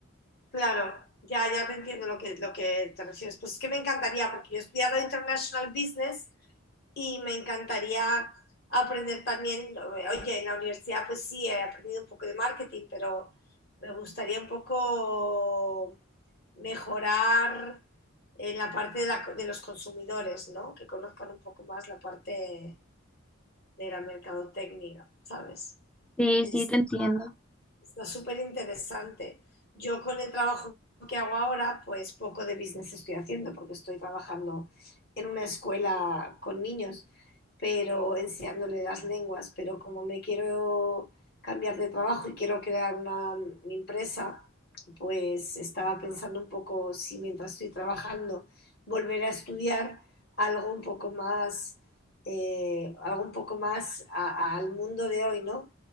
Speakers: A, on the left; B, in the centre.
A: Claro, ya, ya te entiendo lo que, lo que te refieres. Pues es que me encantaría, porque yo he estudiado International Business y me encantaría aprender también, oye, en la universidad pues sí, he aprendido un poco de marketing, pero me gustaría un poco mejorar en la parte de, la- de los consumidores, ¿no? Que conozcan un poco más la parte de la mercadotecnia, ¿sabes?
B: Sí,
A: Este,
B: sí, te entiendo.
A: Está súper interesante. Yo con el trabajo que hago ahora, pues poco de business estoy haciendo porque estoy trabajando en una escuela con niños, pero enseñándole las lenguas, pero como me quiero cambiar de trabajo y quiero crear una mi empresa, pues estaba pensando un poco si mientras estoy trabajando volver a estudiar algo un poco más, eh, algo un poco más a- al mundo de hoy, ¿no?